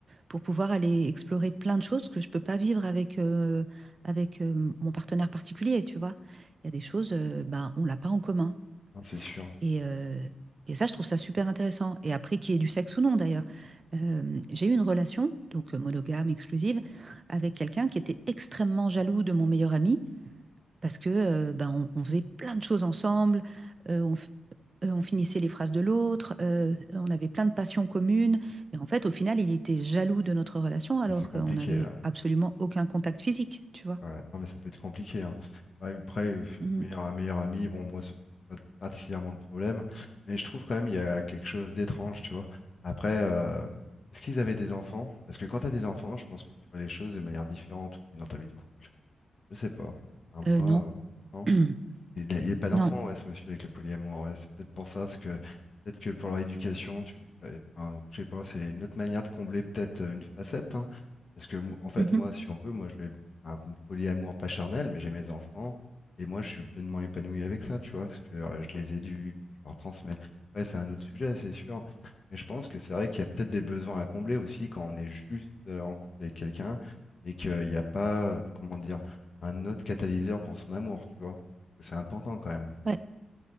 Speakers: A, on the right; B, on the left.
A: pour pouvoir aller explorer plein de choses que je ne peux pas vivre avec, euh, avec euh, mon partenaire particulier, tu vois. Il y a des choses, euh, ben, on l'a pas en commun.
B: Non, c'est sûr.
A: Et, euh, et ça, je trouve ça super intéressant. Et après, qu'il y ait du sexe ou non, d'ailleurs. Euh, j'ai eu une relation, donc euh, monogame, exclusive, avec quelqu'un qui était extrêmement jaloux de mon meilleur ami, parce que euh, ben, on, on faisait plein de choses ensemble, euh, on, f- euh, on finissait les phrases de l'autre, euh, on avait plein de passions communes. Et en fait, au final, il était jaloux de notre relation, alors
B: Ah, C'est compliqué
A: qu'on n'avait
B: là.
A: absolument aucun contact physique, tu vois.
B: Ouais. Non mais ça peut être compliqué. hein. Bah, Après, une
A: Mhm.
B: meilleure- un meilleur ami, bon moi ça me pose pas particulièrement de problème, mais je trouve quand même il y a quelque chose d'étrange, tu vois. Après, euh, est-ce qu'ils avaient des enfants? Parce que quand tu as des enfants, je pense que tu vois les choses de manière différente aussi dans ta vie de couple. Je sais pas. Un mois,
A: Euh, non,
B: euh, non?
A: <clears throat>
B: Il a, pas d'enfant,
A: non.
B: ouais, ce monsieur avec le polyamour. Ouais, c'est peut-être pour ça, parce que peut-être que pour leur éducation, tu, ouais, enfin, je sais pas, c'est une autre manière de combler peut-être euh, une facette. hein. parce que mo- en fait,
A: Mhm.
B: moi, si on veut, moi, j'ai le, enfin, le polyamour pas charnel, mais j'ai mes enfants et moi, je suis pleinement épanoui avec ça, tu vois, parce que euh, je les éduque, je leur transmets. Ouais, c'est un autre sujet, c'est sûr. Mais je pense que c'est vrai qu'il y a peut-être des besoins à combler aussi quand on est juste euh, en couple avec quelqu'un et qu'il n'y a pas, euh, comment dire, un autre catalyseur pour son amour, tu vois. C'est important quand même.
A: Ouais.